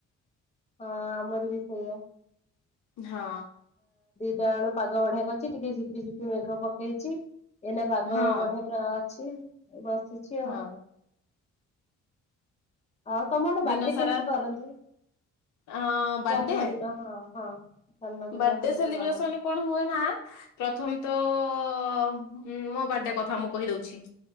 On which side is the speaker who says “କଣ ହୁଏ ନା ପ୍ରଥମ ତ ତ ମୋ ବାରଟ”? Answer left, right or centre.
Left